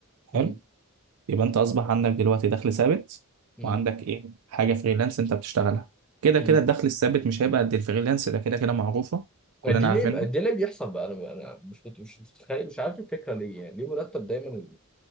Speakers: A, on the right (about 75°); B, in the centre.
A: حلو
B: مم.
A: يبقى انت اصبح عندك دلوقتي دخل ثابت
B: مم.
A: وعندك ايه حاجه فريلانس انت بتشتغلها كده
B: مم.
A: كده الدخل الثابت مش هيبقى قد الفريلانس ده كده كده معروفه كلنا
B: دي
A: عارفينها
B: ليه بقى- دي ليه بيحصل بقى انا انا مش مش مش متخيل مش عارف الفكره ليه يعني ليه مرتب دايما